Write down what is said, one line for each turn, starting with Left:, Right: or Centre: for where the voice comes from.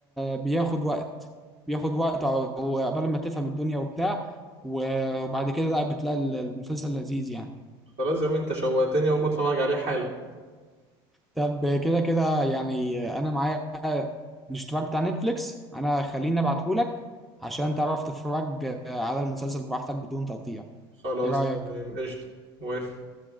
Centre: بياخد وقت بياخد وقت ع- وقبل ما تفهم الدنيا وبتاع و- وبعد كده لا بتلاقي ال- المسلسل لذيذ يعني
Right: خلاص يا عم انت شوقتني اقوم اتفرج عليه حالا
Centre: طب كده كده يعني انا معايا الاشتراك بتاع نتفليكس انا خليني ابعتهولك عشان تعرف تتفرج على المسلسل براحتك بدون تقطيع
Right: خلاص
Centre: ايه رأيك؟
Right: تمام قشطة موافق